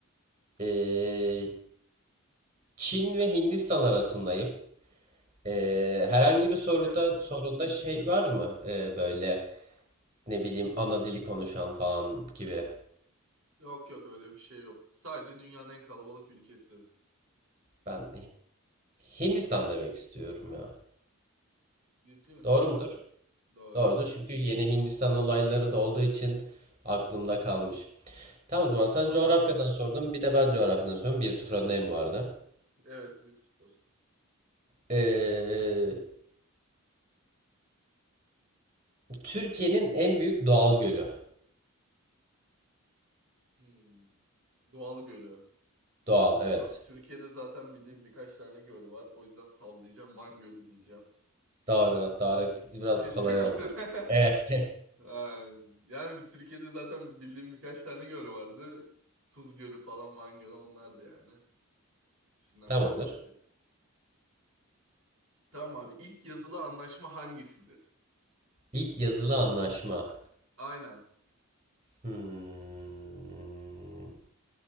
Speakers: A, on the right (about 35°); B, on the right (about 65°).
A: Ee, Çin ve Hindistan arasındayım. Ee, herhangi bir soruda
B: Yakınsın.
A: sorunda şey var mı? Ee, böyle ne bileyim ana dili konuşan falan gibi.
B: Yok yok öyle bir şey yok. Sadece dünyanın en kalabalık ülkesi.
A: Ben Hindistan demek istiyorum ya.
B: Ciddi misin?
A: Doğru
B: Doğru.
A: mudur?
B: Doğru.
A: Doğrudur çünkü yeni Hindistan olayları da olduğu için aklımda kalmış. Tamam o zaman sen
B: Tamam
A: coğrafyadan
B: abi.
A: sordun bir de ben coğrafyadan sordum. Bir 0 öndeyim bu arada.
B: Evet bir sıfır.
A: Ee, Türkiye'nin en büyük doğal gölü.
B: Hmm. Doğal Gölü.
A: Doğal evet.
B: Abi Türkiye'de zaten bildiğim birkaç tane göl var. O yüzden sallayacağım. Van Gölü diyeceğim.
A: Doğru doğru biraz
B: Ciddi
A: kolay
B: misin?
A: oldu.
B: <laughs>
A: Evet.
B: Ha, Yani Türkiye'de zaten bildiğim birkaç tane göl vardı. Tuz Gölü falan Van Gölü onlardı yani. İkisinden
A: <laughs> Tamamdır.
B: birini sallayacağım. Tamam abi. İlk yazılı anlaşma hangisidir?
A: İlk yazılı anlaşma.
B: Aynen.
A: Hmm.